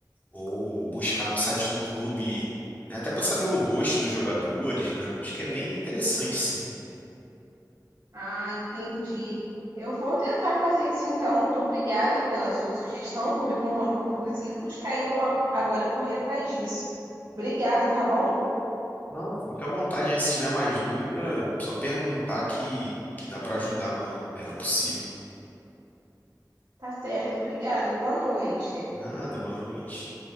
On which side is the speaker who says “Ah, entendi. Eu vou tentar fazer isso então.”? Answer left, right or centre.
Right